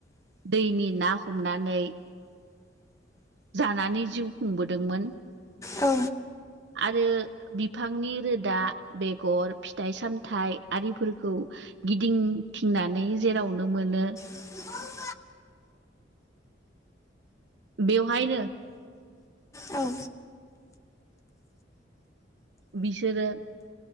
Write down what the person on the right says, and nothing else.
दैनि ना हमनानै, जानानै जिउ खुंबोदोंमोन।
आरो बिफांनि रोदा बेगर फिथाइ सामथाइ आरिफोरखौ, गिदिं थिंनानै जेरावनो मोनो,
बेवहायनो।
बिसोरो